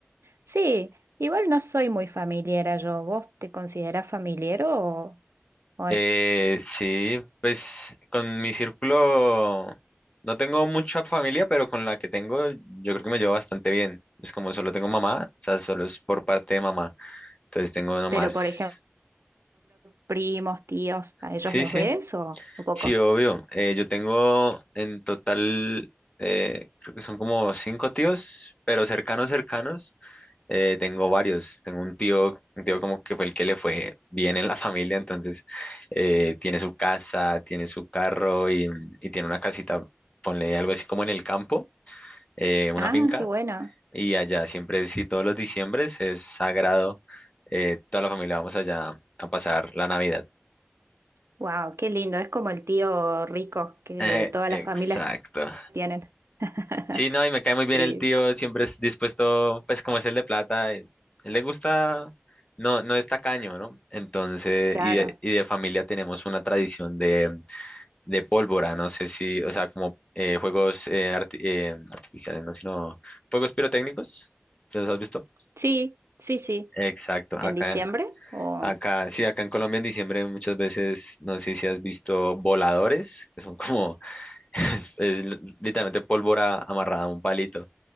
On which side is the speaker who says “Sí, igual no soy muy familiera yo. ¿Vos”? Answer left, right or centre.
Right